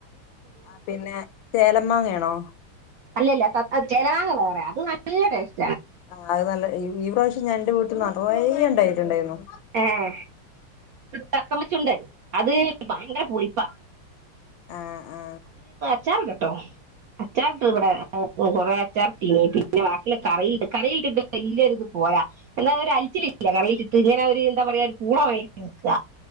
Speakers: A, on the left; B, on the right.
A: ആ പിന്നെ ചേലമാങ്ങയാണോ
B: അല്ലല്ല ചലവാങ്ങ വേറെ അത് നല്ല ടെസ്റ്റ്‌
A: ആ അത് നല്ല ഈ പ്രാവശ്യം ഞാൻ എന്റെ വീട്ടിൽ നിറേ ഉണ്ടായിട്ടുണ്ടായിരുന്നു
B: ആഏ തത്തമ്മച്ചുണ്ടൻ അത് ഭയങ്കര പുളിപ്പാ
A: ആ ആ
B: അച്ചാർ ഇട്ട് കേട്ടോ അച്ചാറിട്ട് ഇവിടെ കൊറെേ അച്ചാറിട്ടീനി പിന്നെ ബാക്കില കറി കറിയി കിട്ട ഇല്ലത് പോയാ എന്തായ അവ അലിച്ചിലില്ല കറിയിൽട്ട് ഇഞനൻ അവര് എന്താ പറയാ ഒരു പൂള വഴ നിൽക്കുക